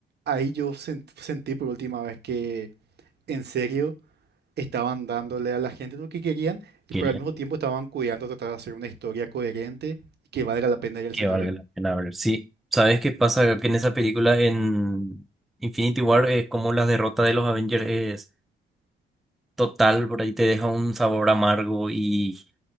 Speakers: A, on the right (about 55°); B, in the centre.
A: Ahí yo sen- sentí por última vez que en serio estaban dándole a la gente lo que querían,
B: quería
A: y pero al mismo tiempo estaban cuidando tratar de hacer una historia coherente y que valga la pena ir al
B: que
A: cine
B: valga
A: a ver.
B: la pena ver. Sí, ¿sabes qué pasa? Que en esa película, en Infinity War, es como la derrota de los Avengers es total, por ahí te deja un sabor amargo y